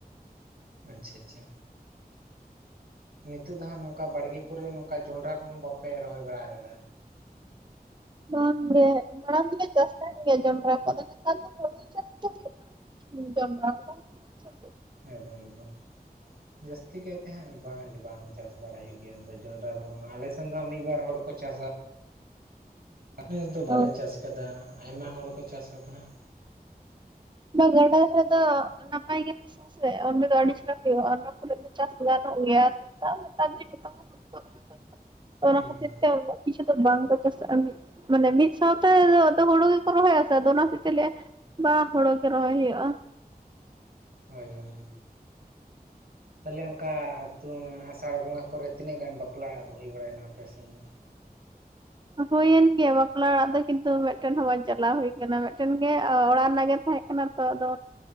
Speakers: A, on the right; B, on the right.
A: ᱟᱪᱪᱷᱟ ᱟᱪᱪᱷᱟ ᱱᱤᱛᱚᱜ ᱫᱚ ᱦᱟᱸᱜ ᱱᱚᱝᱠᱟ ᱵᱟᱲᱜᱮ ᱠᱚᱨᱮ ᱱᱚᱝᱠᱟ ᱡᱚᱸᱰᱨᱟ ᱠᱚᱦᱚᱸ ᱵᱟᱯᱮ ᱨᱚᱦᱚᱭ ᱵᱟᱲᱟ ᱟᱠᱟᱫᱟ
B: ᱵᱟᱝ ᱜᱮ ᱢᱟᱲᱟᱝ ᱫᱚ ᱞᱮ ᱪᱟᱥ ᱛᱟᱦᱮᱸᱱ ᱜᱮᱭᱟ ᱡᱚᱱᱰᱨᱟ ᱠᱚ ᱫᱚ ᱟᱫᱚ ᱱᱮᱛᱟᱨ ᱫᱚ <inaudible> <unintelligible>
A: ᱮᱠᱫᱚᱢ ᱮᱠᱫᱚᱢ ᱡᱟᱹᱥᱛᱤ ᱠᱟᱭᱛᱮ ᱦᱟᱸᱜ ᱵᱟᱝᱜᱮ ᱵᱟᱝ ᱪᱟᱥ ᱵᱟᱲᱟᱭ ᱦᱩᱭᱩᱜ ᱜᱮᱭᱟ ᱱᱚᱛᱮ ᱡᱚᱱᱰᱨᱟ ᱨᱮᱦᱚᱸ ᱟᱞᱮ ᱥᱮᱱ ᱫᱚ ᱦᱟᱜ ᱢᱤᱫ ᱵᱟᱨ ᱦᱚᱲ ᱠᱚ ᱪᱟᱥᱟ ᱱᱮᱥ ᱫᱚ ᱵᱟᱞᱮ
B: ᱚ
A: ᱪᱟᱥ ᱟᱠᱟᱫᱟ ᱟᱭᱢᱟ ᱦᱚᱲ ᱠᱚ ᱪᱟᱥ ᱠᱟᱫᱟ ᱦᱟᱜ
B: ᱵᱟ ᱜᱟᱰᱟ ᱨᱮ ᱫᱚ ᱱᱟᱯᱟᱭ ᱜᱮ ᱦᱮ ᱥᱮ ᱚᱸᱰᱮ ᱫᱚ ᱟᱹᱰᱤ ᱪᱮᱦᱨᱟ ᱦᱩᱭᱩᱜᱼᱟ ᱚᱱᱟ ᱠᱚᱨᱮ ᱫᱚ ᱪᱟᱥ ᱜᱟᱱᱚᱜ ᱜᱮᱭᱟ ᱛᱟᱨ <inaudible> ᱱᱮᱛᱟᱨ ᱫᱚ ᱡᱚᱛᱚ ᱜᱮ <inaudible>
A: ᱦᱩᱸ
B: ᱚᱱᱟ ᱠᱷᱟᱹᱤᱨ ᱛᱮ ᱠᱤᱪᱷᱩ ᱫᱚ ᱵᱟᱝ ᱫᱟᱥᱟ ᱢᱤᱫ ᱢᱟᱱᱮ ᱢᱤᱫ ᱥᱟᱶᱛᱮ ᱦᱩᱲᱩ ᱜᱮᱠᱚ ᱨᱚᱦᱚᱭᱟ ᱥᱮ ᱟᱫᱚ ᱚᱱᱟᱦᱚᱛᱮ ᱛᱮ ᱞᱟᱭᱼᱟ ᱵᱟ ᱦᱳᱲᱳ ᱜᱮ ᱨᱚᱦᱚᱭ ᱦᱩᱭᱩᱜᱼᱟ
A: ᱦᱳᱭ ᱦᱳᱭ ᱛᱟᱦᱞᱮ ᱚᱱᱠᱟᱛᱟᱛᱩ ᱟᱥᱟᱲ ᱵᱚᱸᱜᱟ ᱠᱚᱨ ᱛᱤᱱᱟᱹᱜ ᱜᱟᱱ ᱵᱟᱯᱞᱟ ᱚᱲᱟᱜ ᱠᱚ ᱦᱩᱭ ᱵᱟᱲᱟᱭᱮᱱᱟ ᱟᱯᱮ ᱥᱮᱱ ᱫᱚ
B: ᱦᱩᱭᱮᱱ ᱜᱮᱭᱟ ᱵᱟᱯᱞᱟ ᱚᱲᱟᱜ ᱫᱚ ᱠᱤᱱᱛᱩ ᱢᱤᱫᱴᱮᱱ ᱦᱚᱸ ᱵᱟᱝᱧ ᱪᱟᱞᱟᱣ ᱦᱩᱭ ᱠᱟᱱᱟ ᱢᱤᱫᱴᱮᱱ ᱜᱮ ᱚᱲᱟᱜ ᱨᱮᱱᱟᱜ ᱜᱮ ᱛᱟᱦᱮᱸ ᱚᱱᱟ ᱛᱚ ᱟᱫᱚ